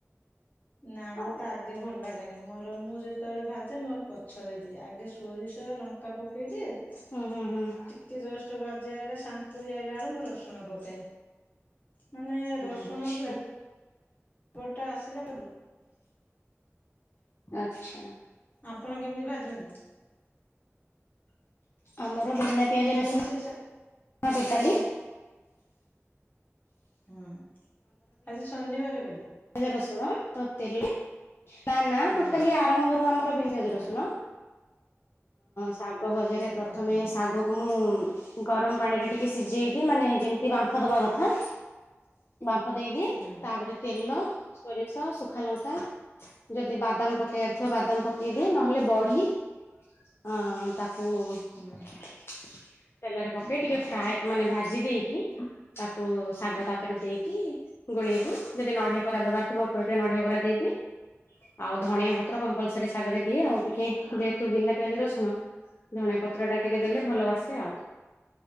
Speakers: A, on the left; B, on the left.
A: ନା ମତେ
B: ଆଉ
A: ଆଗେ ଭଲ ଲାଗେନି ମୋର ମୁଁ ଯେତେବେଳେ ଭାଜେ ମୋର ପଛରେ ଦିଏ ଆଗେ ସୋରିଷ ଲଙ୍କା ପକାଇଛି। ଟିକେ
B: ହୁଁ ହୁଁ ହୁଁ
A: ଜଷ୍ଟ ଭଜି ଆଇଲା ସାଙ୍କୁରି ଆଇଲାା ବେଳୁ ମୁଁ ରସୁଣ ପକାଏ। ମାନେ ରସୁଣ
B: ଆଚ୍ଛା
A: ଫ୍। ଗୋଟେ ଆସିଲ।
B: ଆଚ୍ଛା।
A: ଆପଣ କେମିତି ଭାଛନ୍ତି
B: ଆମର ଭେନା ପିଆଜ
A: କେମିତି
B: ରସୁଣ
A: ସେଇ ଶାଗ
B: ଟୋଟାଲି
A: ହଁ ଆଜି ଶନିବାର ବୋଲି
B: ଗଜ ରସୁଣ ତତିଲ ନା ନା
A: ହୁଁ
B: ଟୋଟାଲି ଆରମ୍ଭରୁ ଆମର ବିଧଜର
A: ହୁଁ
B: ଶୁଣ ଶାଗ ଭଜାରେ ପ୍ରଥମେ
A: ଓହୋ
B: ଶାଗକୁ ମୁଁ ଗରମ ପାଣିରେ ଟିକେ ସିଝେଇଦି ମାନେ ଯେମିତି ବାମ୍ଫ ଦବା କଥା ଭଫ ଦେଇଦିଏ
A: ହୁଁ
B: ତାପରେ ତେଲ ସୋରିଷ ଶ ସୁଖାଲଙ୍କା ଯଦି ବାଦାମ ପକେଇବାର ଥିବା ବାଦାମ ପକେଇଦିଏ ନହେଲେ ବଢି ଅ ତାକୁ ଓୁ
A: ହୁଁ।
B: ତେଲରେ ପକେଇ ଟିକେ ଫ୍ରାଏ ମାନେ ଭାଜି ଦେଇକି ତାକୁ ଶାଗ ତାପରେ ଦେଇକି ଗୋଳେଇକି ଯଦି ନଡିଆ କରା ଦବାର ଥିବ ଉପରେ ଟିକେ ନଢଆ କରା ଦେଇଦିଏ। ଆଉ ଧଣିଆ ପତ୍ର କମ୍ପଲସରି ଶାଗରେ ଦିଏ ଆଉ ଟିକେ ଯେହେତୁ ବିନା ପିଆଜ ରସୁଣ ଧଣିଆ ପତ୍ର ଟା ଟିକେ ଦେଲେ ଭଲ ବାସେ ଆଉ।